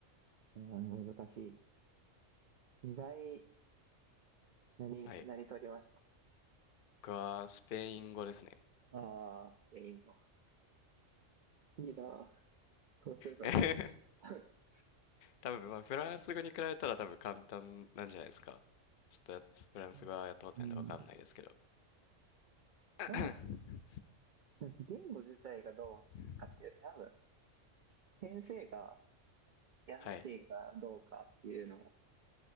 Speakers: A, on the right; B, on the left.
A: うん難しい。意外なり、
B: はい。
A: なりとりました。
B: 僕はスペイン語ですね。
A: ああ、スペイン語。いいな。そうすればよかっ
B: <laughs>
A: た。
B: 多分、まあ、フランス語に比べたら多分簡単なんじゃないですか。ちょっとやフランス語はやったことないんでわかんないですけど。
A: <laughs> うん。
B: <laughs>
A: まあ、言語自体がどうかっていうより、
B: <clears throat>
A: 多分、先生が優しいかどうかっていうのも
B: はい。